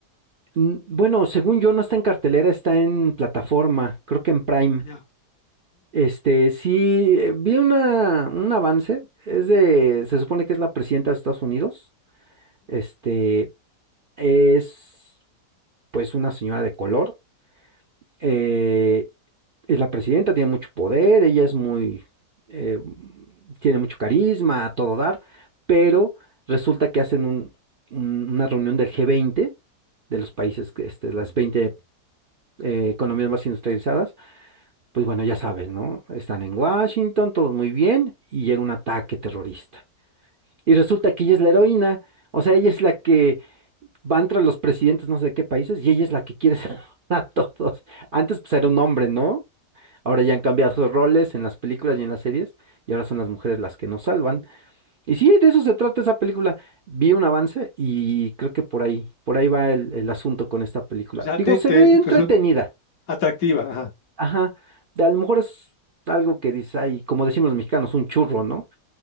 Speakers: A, on the right; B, on the left.
A: mm, Bueno, según yo, no está en cartelera, está en plataforma. Creo que en Prime.
B: Allá.
A: Este, sí, eh, vi una, un avance. Es de. Se supone que es la presidenta de Estados Unidos. Este. Es. pues una señora de color. eh, es la presidenta, tiene mucho poder, ella es muy, eh, tiene mucho carisma, a todo dar, pero resulta que hacen un- un- una reunión del g veinte de los países, que, este, las veinte eh, economías más industrializadas. Pues bueno, ya sabes, ¿no? Están en Washington, todo muy bien, y llega un ataque terrorista. Y resulta que ella es la heroína, o sea, ella es la que van tras los presidentes no sé de qué países y ella es la que quiere salvar <laughs> a todos. Antes pues era un hombre, ¿no? Ahora ya han cambiado sus roles en las películas y en las series y ahora son las mujeres las que nos salvan. Y sí, de eso se trata esa película. Vi un avance y creo que por ahí, por ahí va el, el asunto con esta película.
B: O sea,
A: Digo,
B: te,
A: se
B: te
A: ve entretenida.
B: resulta atractiva, ajá,
A: Ajá. De- a lo mejor es algo que dice ay, como decimos los mexicanos, un churro, ¿no?